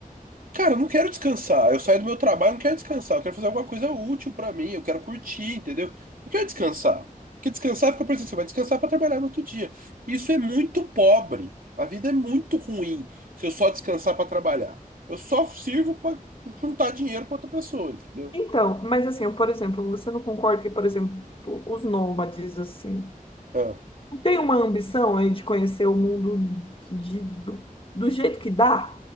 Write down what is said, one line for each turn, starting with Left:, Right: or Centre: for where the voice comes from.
Right: Cara, eu não quero descansar. Eu saio do meu trabalho, eu não quero descansar. Eu quero fazer alguma coisa útil pra mim. Eu quero curtir, entendeu? Não quero descansar. Porque descansar fica pensando, você vai descansar pra trabalhar no outro dia. Isso é muito pobre. A vida é muito ruim se eu só descansar pra trabalhar. Eu só sirvo pra juntar dinheiro pra outra pessoa, entendeu?
Left: Então, mas assim, eu, por exemplo, você não concorda que, por exemplo, os nômades, assim,
Right: Ah,
Left: não tem uma ambição aí de conhecer o mundo de, do, do jeito que dá?